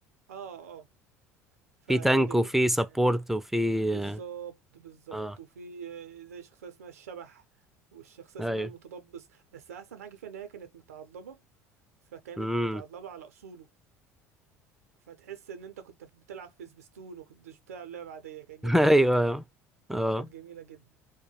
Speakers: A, on the right; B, in the centre.
A: اه اه فكان
B: في تانك
A: جميل
B: وفي
A: جدا
B: سبورت
A: يعني.
B: وفي
A: بالظبط
B: اه
A: بالظبط
B: آه،
A: وفي آه، زي شخصية اسمها الشبح والشخصية اسمها
B: ايوه
A: المتضبس بس أحسن حاجة فيها إن هي كانت متعضبة فكانت
B: امم
A: متعضبة على أصوله فتحس إن أنت كنت بتلعب في سبيستون وكنتش بتلعب لعبة عادية كانت
B: <laughs>
A: جميلة
B: ايوه
A: جدا
B: اه
A: كانت جميلة جدا